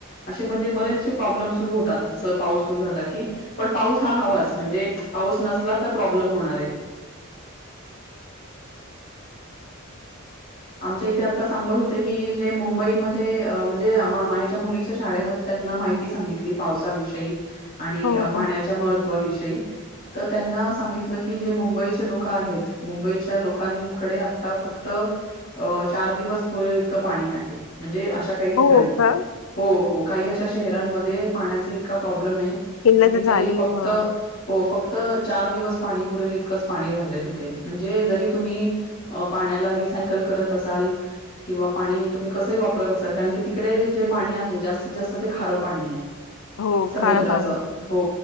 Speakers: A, on the left (about 45°); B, on the left (about 80°).
A: असे म्हणजे बरेचसे प्रॉब्लेम सुरू होतात जसं पाऊस सुरु झाला की पण पाऊस हा हवाच म्हणजे पाऊस नसला तर प्रॉब्लेम होणार आहे आमच्या इथे आता सांगत होते की जे मुंबईमध्ये म्हणजे माझ्याच्या मुलीच्या शाळेमध्ये त्यांना माहिती सांगितली पावसाविषयी आणि
B: हो
A: पाण्याच्या
B: हो
A: महत्त्वाविषयी तर त्यांना सांगितलं की जे मुंबईचे लोक आहेत मुंबईच्या लोकांकडे आता फक्त अ चार दिवस पुरेल इतकं पाणी आहे म्हणजे अशा काही ठिकाणी
B: हो का
A: हो हो काही अशा शहरांमध्ये पाण्याचा इतका प्रॉब्लेम आहे
B: किल्ल
A: की तिथे
B: तर झाली
A: फक्त
B: हो
A: हो फक्त चार दिवस पाणी पुरेल इतकंच पाणी राहिलं तिथे म्हणजे जरी तुम्ही अ पाण्याला रिसायकल करत असाल किंवा पाणी तुम्ही कसंही वापरत असाल कारण की तिकडे जे पाणी आहे जास्तीत जास्त ते खारं पाणी आहे
B: हो
A: समुद्राच
B: खारा पाणी
A: हो